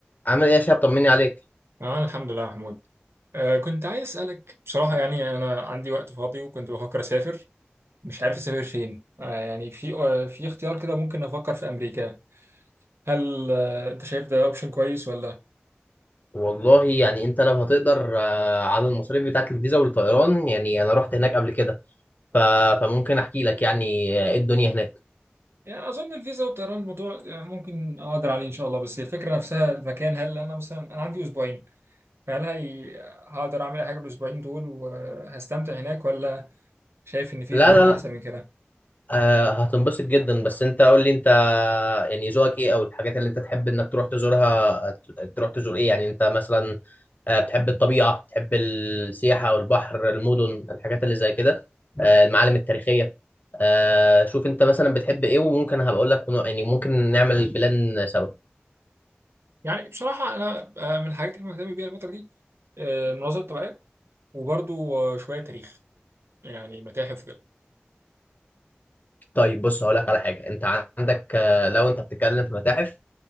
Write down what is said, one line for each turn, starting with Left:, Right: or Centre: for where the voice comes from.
Left: عامل ايه يا شباب طمني عليك
Right: اه الحمد لله يا محمود آه كنت عايز اسالك بصراحه يعني انا عندي وقت فاضي وكنت بفكر اسافر مش عارف اسافر فين آه يعني في آه في اختيار كده ممكن افكر في امريكا هل آه انت شايف ده اوبشن كويس ولا
Left: والله يعني انت لو هتقدر آه، على المصاريف بتاعت الفيزا والطيران يعني انا رحت هناك قبل كده ف... فممكن احكي لك يعني آه، ايه الدنيا هناك
Right: يعني اظن الفيزا والطيران الموضوع آه، ممكن اقدر عليه ان شاء الله بس هي الفكره نفسها المكان هل انا مثلا انا عندي اسبوعين فهل هي... آه، هقدر اعمل أي حاجه بالاسبوعين دول وهستمتع هناك ولا شايف ان في
Left: لا
Right: مكان
Left: لا
Right: احسن
Left: لا
Right: من كده
Left: آه، هتنبسط جدا بس انت قول لي انت يعني ذوقك ايه او الحاجات اللي انت تحب انك تروح تزورها ت- تروح تزور ايه يعني انت مثلا آه، بتحب الطبيعة بتحب السياحة او البحر المدن الحاجات اللي زي كده آه، المعالم التاريخية آه، شوف انت مثلا بتحب ايه وممكن هبقول لك يعني ممكن نعمل بلان سوا
Right: يعني بصراحه انا آه، من الحاجات اللي مهتم بيها الفتره دي آه، المناظر الطبيعية وبرضو آه، شوية تاريخ يعني متاحف وكده
Left: طيب بص هقول لك على حاجه انت عندك آه، لو انت بتتكلم في متاحف